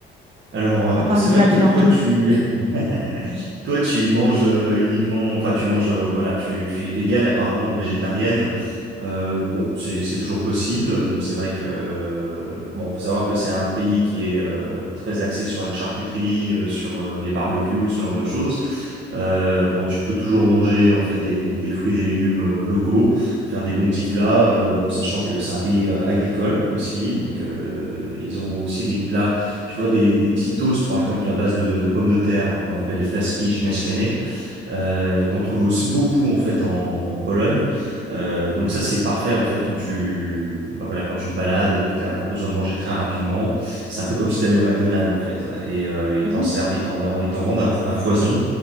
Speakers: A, on the right; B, on the right.
A: Alors, euh,
B: À part
A: c'est
B: les
A: vrai
B: plats
A: que
B: de viande.
A: toi, tu, <laughs> toi, tu manges euh, uniquement, enfin, tu manges, euh, voilà, tu, tu es végane apparemment ou végétarienne. Euh, bon, c'est, c'est toujours possible. Donc, c'est vrai que, euh, bon, faut savoir que c'est un pays qui est euh, très axé sur la charcuterie, euh, sur euh, les barbecues, ce genre de choses. Euh, bon, tu peux toujours manger en fait des, des fruits, des légumes euh, locaux, faire des bons petits plats. euh, bon, sachant que c'est un pays euh, agricole aussi, donc euh, ils ont aussi des plats tu vois, des, des petits toasts, par exemple, à base de, de pommes de terre, euh, qu'on appelle les plaski ziemniaczane, euh, qu'on trouve aussi beaucoup, en fait, en, en Pologne. Euh, donc ça, c'est parfait, en fait, quand tu, bah voilà, quand tu te balades, que tu as besoin de manger très rapidement. C'est un peu comme si tu allais au McDonald's, en fait. Et euh, ils
B: Mhm.
A: t'en servent, ils t'en vendent, ils t'en vendent à, po- à foison.